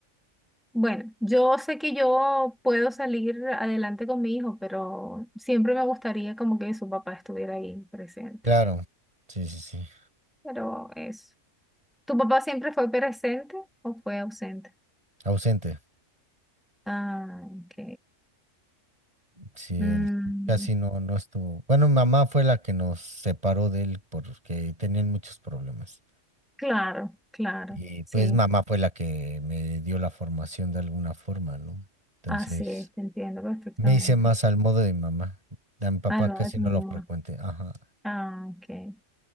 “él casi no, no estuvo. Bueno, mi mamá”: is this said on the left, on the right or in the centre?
Right